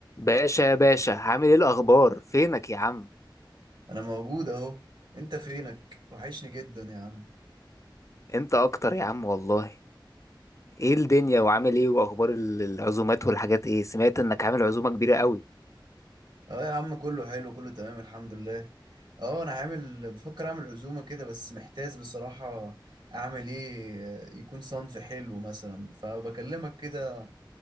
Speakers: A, on the left; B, on the right.
A: باشا باشا عامل ايه الاخبار فينك يا عم
B: انا موجود اهو انت فينك وحشني جدا يا عم
A: انت اكتر يا عم والله ايه الدنيا وعامل ايه واخبار ال- العزومات والحاجات ايه سمعت انك عامل عزومة كبيرة قوي
B: اه يا عم كله حلو كله تمام الحمد لله اه انا عامل بفكر اعمل عزومة كده بس محتاج بصراحة اعمل ايه آه، يكون صنف حلو مثلا فبكلمك كده